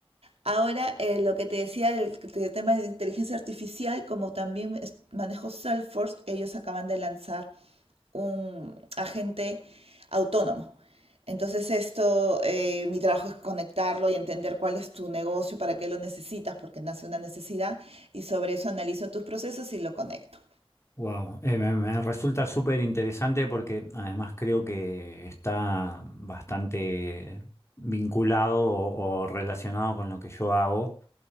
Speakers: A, on the right; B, on the left.
A: Ahora, eh, lo que te decía del, del tema de inteligencia artificial, como también es- manejo Salesforce, ellos acaban de lanzar un agente autónomo. Entonces, esto, eh, mi trabajo es conectarlo y entender cuál es tu negocio, para qué lo necesitas, porque nace una necesidad, y sobre eso analizo tus procesos y lo conecto.
B: Wow, me, me resulta súper interesante porque además creo que está bastante vinculado o, o relacionado con lo que yo hago,